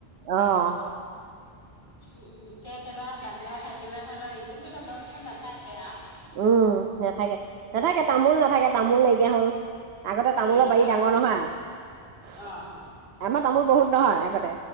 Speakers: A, on the right; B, on the left.
A: অ
B: উ কেৰ্কেটুৱা বান্দৰ থাকিলে ধৰা ইটো সিটো বস্তু নাথাকে আউ
A: উম নাথাকে নাথাকে তামোল নাথাকে তামোল নাইকিয়া হ'ল আগতে তামোলৰ
B: উম,
A: বাৰী
B: আৰু
A: ডাঙৰ নহয় আ
B: অ',
A: আমাৰ তামোল বহুত নহয় আগতে